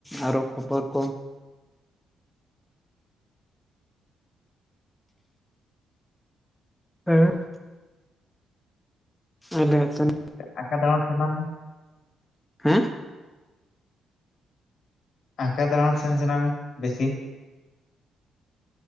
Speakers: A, in the centre; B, on the left.
A: ᱟᱨᱦᱚ ᱠᱷᱚᱵᱚᱨ ᱠᱚ ᱦᱮᱸ ᱟᱞᱮ ᱛᱚ
B: ᱟᱠᱟ ᱫᱟᱬᱟᱱ ᱥᱟᱱᱟ ᱢᱮ
A: ᱦᱮᱸ
B: ᱟᱸᱠᱟ ᱫᱟᱬᱟᱱ ᱥᱮᱱ ᱥᱟᱱᱟ ᱢᱮ ᱵᱮᱥᱤ